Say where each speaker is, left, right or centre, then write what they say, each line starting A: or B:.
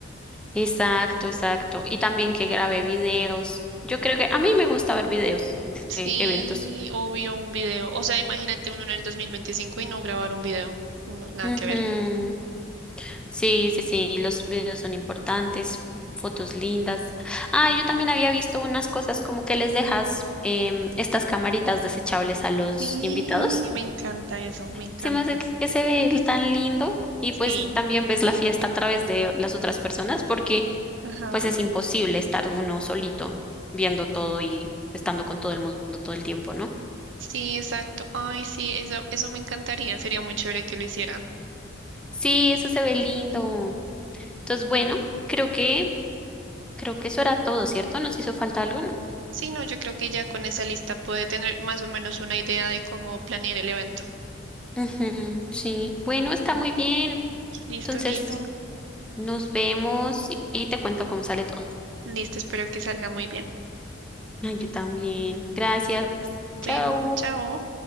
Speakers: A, in the centre; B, on the right.
A: Exacto, exacto. Y también que grabe videos. Yo creo que a mí me gusta ver videos de
B: Sí,
A: de eventos.
B: obvio, un video. O sea, imagínate uno en el 2025 y no grabar un video. No, nada
A: Ujú.
B: que ver.
A: Sí, sí, sí, los videos son importantes, fotos lindas. Ah, yo también había visto unas cosas como que les dejas em, estas camaritas desechables a los
B: Sí,
A: invitados.
B: me encanta eso, me encanta.
A: Se me hace que que se ve el tan lindo y
B: Sí,
A: pues también ves la fiesta a través de las otras personas porque
B: ajá.
A: pues es imposible estar uno solito viendo todo y estando con todo el mundo todo el tiempo, ¿no?
B: Sí, exacto. Ay, sí, eso, eso me encantaría. Sería muy chévere que lo hicieran.
A: Sí, eso se ve lindo. Entonces, bueno, creo que creo que eso era todo, ¿cierto? ¿Nos hizo falta algo?
B: Sí, no, yo creo que ya con esa lista puede tener más o menos una idea de cómo planear el evento.
A: Ujú, sí, bueno, está muy bien.
B: Listo,
A: Entonces,
B: Liela.
A: nos vemos y y te cuento cómo sale todo.
B: Listo, espero que salga muy bien.
A: Ay, yo también. Gracias.
B: Bueno,
A: Chao.
B: chao.